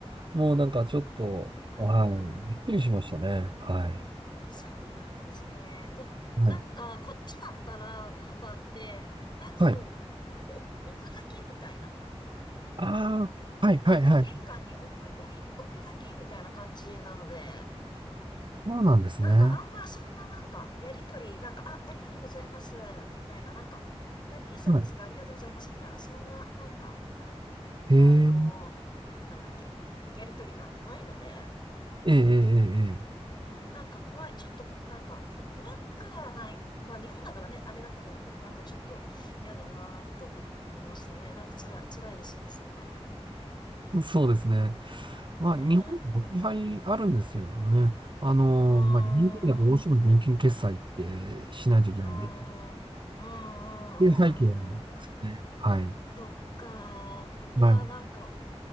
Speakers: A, on the right (about 50°); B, on the left (about 45°).
A: もうなんかちょっと、
B: ああ、
A: はい、びっくりしましたね。はい。
B: そうなんですね。え、
A: はい。
B: なんか、こっちだったら、ウーバーって、なんかもう、
A: はい。
B: お、置くだけみたいな。
A: ああ、はい、
B: あの、
A: はい、はい。
B: 玄関に置く、置い、置くだけみたいな感じなので、
A: そうなんですね。
B: なんか、あんまそんななんか、やりとり、なんか、あ、ありがとうございます、みたいな、なんか、誰々さんですかありがとうございます、
A: は
B: みたいな、そんな、なんか、
A: い。
B: あのーなんだっけ、
A: へえ、
B: やりとりがないので、
A: ええ、ええ、
B: うん、なんか怖い。ちょっと、なんか、こ、怖くはない。まあ、日本だからね、あれだけど、でもなんかちょっと嫌だなと思いましたね。なんか辛い、辛いですよね、それは。
A: ええ。そうですね。
B: ね
A: まあ、日本も置き配あるんですけれどもね。あの、
B: え。うーん、
A: まあ、現金だとどうしても現金決済ってしないといけないんで、
B: うーん、うーん、うーん、
A: っていう背景なんですね。
B: うーん。
A: はい。
B: そっか。いやー、
A: はい。
B: なんか、